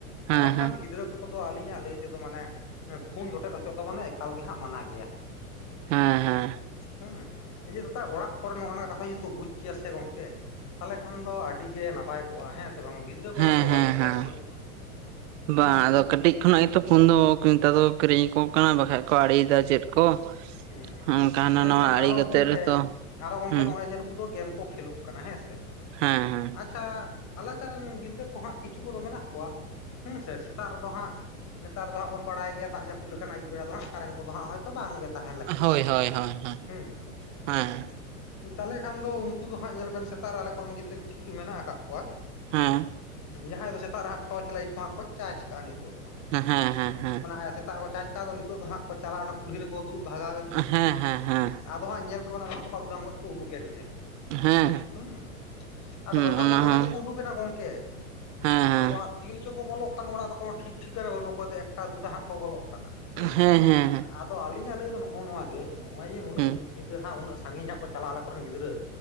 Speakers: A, on the right (about 55°); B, on the left (about 40°).
A: ᱦᱮᱸ
B: ᱦᱚᱸᱜ-ᱚ ᱱᱚᱝᱠᱟᱱ
A: ᱦᱮᱸ
B: ᱜᱤᱫᱽᱨᱟᱹ ᱠᱚᱫᱚ ᱟᱹᱞᱤᱧᱟᱜ ᱞᱟᱹᱭ ᱛᱮᱫᱚ ᱢᱟᱱᱮ, ᱯᱷᱩᱱ ᱡᱚᱴᱮᱫ ᱦᱚᱪᱚ ᱫᱚ ᱮᱠᱟᱞ ᱜᱮ ᱦᱟᱸᱜ ᱢᱟᱱᱟ ᱜᱮᱭᱟ᱾
A: ᱦᱮᱸ ᱦᱮᱸ᱾
B: ᱦᱩᱸ ᱱᱤᱡᱮ ᱫᱟᱛᱷᱟ ᱚᱲᱟᱜ ᱠᱚᱨᱮ ᱱᱚᱜᱼᱚᱭ ᱱᱚᱣᱟ ᱠᱟᱛᱷᱟ ᱡᱩᱫᱤ ᱠᱚ ᱵᱩᱡᱽ ᱠᱮᱭᱟ ᱥᱮ ᱜᱚᱝᱠᱮ ᱛᱟᱦᱞᱮ ᱠᱷᱟᱱ ᱫᱚ ᱟᱹᱰᱤ ᱜᱮ ᱱᱟᱯᱟᱭ ᱠᱚᱜ-ᱟ ᱦᱮᱸ ᱥᱮ ᱵᱟᱝ ᱜᱤᱫᱽᱨᱟᱹ ᱠᱚ
A: ᱦᱮᱸ
B: ᱵᱟᱠᱚ ᱵᱟᱹᱲᱤᱡ
A: ᱦᱮᱸ
B: ᱠᱚᱜ-ᱟ
A: ᱦᱮᱸ
B: ᱱᱩᱱᱟᱹᱜ ᱫᱚ᱾
A: ᱵᱟᱝ,
B: ᱦᱮᱸ ᱥᱮ
A: ᱟᱫᱚ ᱠᱟᱹᱴᱤᱡ ᱠᱷᱚᱱᱟᱜ
B: ᱦᱩᱸ
A: ᱜᱮᱛᱚ ᱯᱷᱳᱱ ᱫᱚ ᱱᱮᱛᱟᱨ ᱫᱚ ᱠᱤᱨᱤᱧ ᱟᱠᱚ ᱠᱟᱱᱟ ᱵᱟᱠᱷᱟᱡ ᱠᱚ ᱟᱲᱮᱴᱤᱭᱮᱫᱟ ᱪᱮᱫ ᱠᱚ?
B: ᱦᱩᱸ ᱦᱩᱸ᱾
A: ᱚᱱᱠᱟ ᱦᱟᱱᱟ
B: ᱢᱮᱱᱠᱷᱟᱱ
A: ᱱᱟᱣᱟ ᱟᱲᱮ
B: ᱟᱨᱚ
A: ᱠᱟᱛᱮᱫ
B: ᱜᱚᱝᱠᱮ,
A: ᱨᱮᱛᱚ
B: ᱟᱨᱚ ᱜᱚᱝᱠᱮ
A: ᱦᱩᱸ
B: ᱱᱚᱜ-ᱚᱭ ᱡᱮ ᱱᱩᱠᱩ ᱫᱚ ᱜᱮᱢ ᱠᱚ ᱠᱷᱮᱞᱳᱜ ᱠᱟᱱᱟ ᱦᱮᱸ ᱥᱮ᱾
A: ᱦᱮᱸ ᱦᱮᱸ᱾
B: ᱟᱪᱪᱷᱟᱻ ᱟᱞᱮ ᱥᱮᱫ ᱨᱮᱱ ᱜᱤᱫᱽᱨᱟᱹ ᱠᱚᱦᱟᱸᱜ ᱠᱤᱪᱷᱩ ᱠᱚᱫᱚ ᱢᱮᱱᱟᱜ ᱠᱚᱣᱟ ᱦᱮᱸ ᱥᱮ ᱥᱮᱛᱟᱜ ᱨᱮᱫᱚ ᱦᱟᱸᱜ ᱱᱮᱛᱟᱨ ᱫᱚ ᱦᱟᱸ ᱵᱚᱱ ᱵᱟᱲᱟᱭ ᱜᱮᱭᱟ ᱫᱟᱜ ᱡᱟᱹᱩᱫ ᱞᱮᱠᱷᱟᱱ ᱟᱹᱭᱩᱵ ᱵᱮᱲᱟ ᱫᱚ ᱦᱟᱸᱜ ᱠᱟᱨᱮᱱ ᱠᱚ ᱫᱚ ᱦᱟᱸᱜ ᱦᱳᱭᱛᱚ ᱵᱟᱝ ᱜᱮ᱾ ᱛᱟᱦᱮᱱ ᱞᱟᱹᱜᱤᱫᱚᱜᱼᱟ
A: ᱦᱳᱭ ᱦᱳᱭ ᱦᱳᱭ ᱦᱳᱭ
B: ᱦᱩᱸ᱾
A: ᱦᱮᱸ
B: ᱛᱟᱦᱞᱮ ᱠᱷᱟᱱ ᱫᱚ ᱩᱱᱠᱩ ᱫᱚ ᱦᱟᱸᱜ ᱧᱮᱞ ᱵᱮᱱ ᱥᱮᱛᱟᱜ ᱨᱮ ᱟᱞᱮ ᱠᱚᱨᱮᱱ ᱜᱤᱫᱽᱨᱟᱹ ᱠᱤᱪᱷᱩ ᱠᱤᱪᱷᱩ ᱢᱮᱱᱟᱜ ᱠᱟᱜ ᱠᱚᱣᱟ
A: ᱦᱮᱸ᱾
B: ᱡᱟᱦᱟᱸᱭ ᱫᱚ ᱥᱮᱛᱟᱜ ᱨᱮ ᱦᱟᱸᱜ ᱴᱚᱨᱪ ᱞᱟᱭᱤᱴ ᱠᱚ ᱦᱟᱸᱜ ᱠᱚ ᱪᱟᱨᱡ ᱠᱟᱜᱼᱟ ᱱᱤᱛᱳᱜ ᱫᱚ᱾
A: ᱦᱩᱸ ᱦᱮᱸ ᱦᱮᱸ᱾ ᱦᱮᱸ
B: ᱢᱟᱱᱮ ᱦᱟᱭ ᱥᱮᱛᱟᱜ ᱨᱮᱠᱚ ᱪᱟᱨᱡ ᱠᱟᱜ ᱫᱚ ᱱᱤᱛᱳᱜ ᱫᱚ ᱦᱟᱸᱜ ᱠᱚ ᱪᱟᱞᱟᱣᱱᱟ ᱠᱩᱞᱦᱤ ᱨᱮᱠᱚ ᱫᱩᱲᱩᱵᱽ ᱵᱷᱟᱜᱟᱣ ᱮᱱ ᱜᱮ
A: ᱦᱮᱸ
B: ᱟᱨ ᱟᱫᱚ ᱦᱟᱸᱜ ᱧᱮᱞ ᱠᱚᱵᱮᱱ ᱟᱨ ᱦᱚᱸ ᱦᱟᱸᱜ ᱵᱟᱨᱩᱰᱟᱝ ᱜᱚᱡ ᱠᱚ ᱩᱰᱩᱠᱮᱱ ᱜᱮ
A: ᱦᱮᱸ ᱦᱮᱸ᱾
B: ᱦᱩᱸ ᱟᱫᱚ
A: ᱦᱩᱸ
B: ᱵᱟᱹᱨᱩᱰᱟᱝ
A: ᱚᱱᱟ
B: ᱜᱚᱡ ᱚᱱᱮ
A: ᱦᱚᱸ
B: ᱡᱮᱠᱚ ᱩᱰᱩᱠᱮᱱᱟ ᱜᱚᱝᱠᱮ
A: ᱦᱮᱸ ᱦᱮᱸ
B: ᱟᱫᱚ ᱦᱟᱸᱜ ᱛᱤ ᱨᱮᱪᱚ ᱠᱚ ᱵᱚᱞᱚᱜ? ᱠᱟᱱ ᱚᱲᱟᱜ ᱫᱚ ᱠᱚᱸ ᱴᱷᱤᱠ ᱴᱷᱤᱠᱟᱹᱱᱟ ᱵᱟᱹᱱᱩᱜ ᱚᱠᱚᱭ ᱫᱚ ᱮᱠᱴᱟ ᱰᱩᱴᱟ ᱦᱟᱸᱜ ᱠᱚ ᱵᱚᱞᱚᱜ ᱠᱟᱱᱟ ᱦᱩᱸ᱾
A: ᱦᱮᱸ ᱦᱮᱸ ᱦᱮᱸ
B: ᱟ ᱛᱚ ᱟᱞᱤᱧᱟᱜ ᱞᱟᱹᱭ ᱫᱚ ᱱᱚᱜᱼᱚᱸ ᱱᱚᱣᱟ ᱜᱮ ᱱᱚᱜᱼᱚᱭ ᱡᱮ ᱱᱩᱱᱟᱹᱜ
A: ᱦᱮᱸ
B: ᱧᱤᱫᱟᱹ ᱦᱟᱸᱜ ᱩᱱᱟᱹᱜ ᱥᱟᱜᱤᱧ ᱦᱟᱸᱜ ᱪᱟᱞᱟᱜᱼᱟ ᱟᱞᱮ ᱠᱚᱨᱮᱱ ᱜᱤᱫᱽᱨᱟᱹ